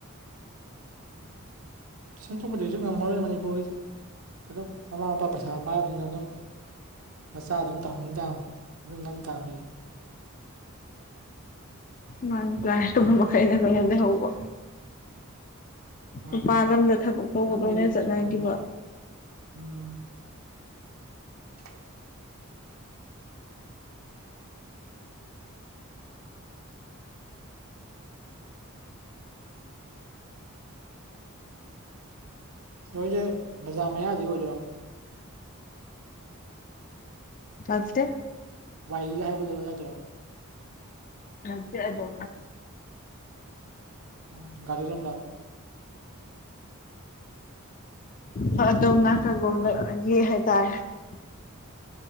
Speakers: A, on the right; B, on the left.
A: ꯁꯦꯝꯦꯡꯗꯣꯛꯄꯗꯒꯤꯁꯨ ꯉꯝꯃꯣꯏ ꯑꯣꯏꯅ ꯃꯅꯤꯄꯨꯔꯒꯤ ꯑꯗꯨꯝ ꯃꯃꯥ ꯃꯄꯥ ꯄꯩꯁꯥ ꯄꯥꯏꯕꯕꯁꯤꯅ ꯑꯗꯨꯝ ꯃꯆꯥ ꯑꯗꯨꯝ ꯇꯧꯍꯟ ꯇꯥ ꯑꯗꯨꯝ ꯅꯝ ꯇ ꯃꯤꯁꯨ
B: ꯃꯥꯣ ꯅ ꯃ ꯀꯩꯗ ꯅꯣꯏꯗꯦ ꯍꯕ
A: ꯃꯥꯅꯤ
B: ꯅꯨꯄꯥꯜ ꯂꯝꯗ ꯊꯕꯛ ꯇꯧꯕ
A: ꯑꯗꯨꯝ
B: ꯂꯣꯏꯅ
A: ꯍꯥꯏꯗꯤ
B: ꯆꯠꯅꯈꯤꯕ
A: ꯎꯝ ꯎꯝ <inaudible> ꯁꯣꯏꯁꯦ ꯕꯖꯥꯔ ꯃꯌꯥꯗꯤ ꯑꯣꯏꯗꯔꯣ
B: ꯂꯛꯇꯦ
A: ꯋꯥꯏꯒ ꯍꯥꯏꯕꯗꯨꯣ ꯑꯗꯨꯋꯥꯏꯗꯨꯔ
B: <unintelligible> ꯑꯗꯣ
A: ꯎꯝ ꯒꯥꯔꯤ ꯆꯟꯗ
B: ꯍ ꯗꯣꯝꯅꯥꯀꯒꯣꯗ ꯌꯦ ꯍꯦ ꯇꯔꯦ <inaudible> <unintelligible> <unintelligible> <unintelligible> <unintelligible>